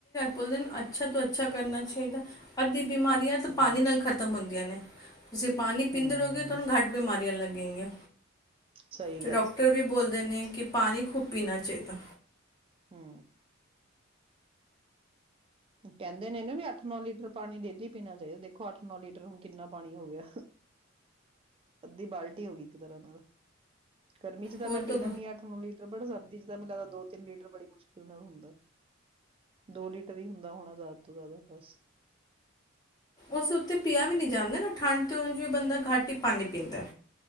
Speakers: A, on the left (about 20°); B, on the right (about 30°).
A: ਬੋਲਦੇ ਅੱਛਾ ਤੋਂ ਅੱਛਾ ਕਰਨਾ ਚਾਹੀਦਾ ਦੀ ਬਿਮਾਰੀ ਆ ਤੇ
B: ਹੂੰ।
A: ਪਾਣੀ ਨਾਲ ਖਤਮ ਹੁੰਦੀਆਂ ਨੇ ਤੁਸੀਂ ਪਾਣੀ
B: ਹੂੰ,
A: ਪੀਂਦੇ ਰਹੋਗੇ ਤੁਹਾਨੂੰ ਘੱਟ ਬਿਮਾਰੀਆਂ ਲੱਗਣਗੀਆਂ
B: ਸਹੀ
A: ਤੇ
B: ਗੱਲ
A: ਡਾਕਟਰ
B: ਹੈ
A: ਵੀ ਬੋਲਦੇ ਨੇ ਕਿ ਪਾਣੀ ਖੁਬ ਪੀਣਾ ਚਾਹੀਦਾ
B: ਹੂੰ ਕਹਿੰਦੇ ਨੇ ਨਾ ਵੀ ਅੱਠ ਨੌ ਲੀਟਰ ਪਾਣੀ ਡੇਲੀ ਪੀਣਾ ਚਾਹੀਦਾ ਦੇਖੋ ਅੱਠ ਨੌ ਲੀਟਰ ਹੁਣ ਕਿੰਨਾ ਪਾਣੀ ਹੋ ਗਿਆ ਅੱਧੀ ਬਾਲਟੀ ਹੋ ਗਈ ਇੱਕ ਤਰ੍ਹਾਂ ਨਾਲ ਗਰਮੀ ਚ ਤਾਂ
A: ਉਹ
B: ਮੈਂ
A: ਤੋਂ
B: ਪੀ ਲੈਂਦੀ ਹਾਂ ਅੱਠ ਨੌ ਲੀਟਰ ਬੜਾ ਜ਼ਿਆਦਾ ਜਦ ਮੈਨੂੰ ਲੱਗਦਾ ਦੋ ਤਿੰਨ ਲੀਟਰ ਬੜੀ ਮੁਸ਼ਕਿਲ ਨਾਲ ਹੁੰਦਾ ਦੋ ਲੀਟਰ ਵੀ ਹੁੰਦਾ ਹੋਣਾ ਜ਼ਿਆਦਾ ਤੋਂ ਜ਼ਿਆਦਾ ਬਸ
A: ਉਸ ਉੱਥੇ ਪੀਆ ਵੀ ਨਹੀ ਜਾਂਦੇ ਨਾ ਠੰਢ ਤੇ ਵੀ ਬੰਦਾ ਘੱਟ ਹੀ ਪਾਣੀ ਪੀਂਦਾ